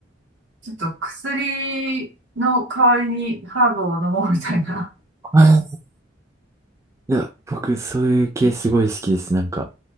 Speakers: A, on the right; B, on the right.
A: ちょっと薬の代わりにハーブを飲もうみたいな。
B: はい。いや、僕、そういう系すごい好きです。なんか、